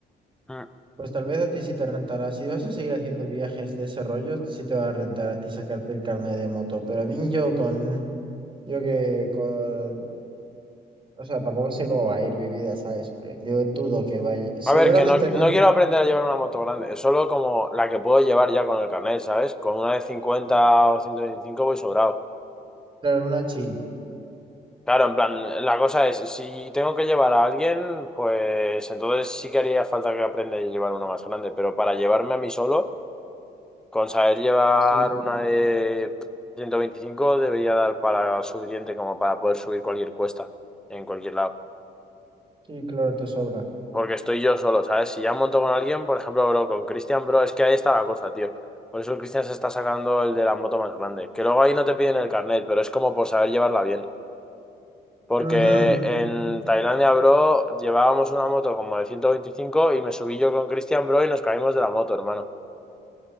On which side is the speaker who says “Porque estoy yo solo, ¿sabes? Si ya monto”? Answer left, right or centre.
Centre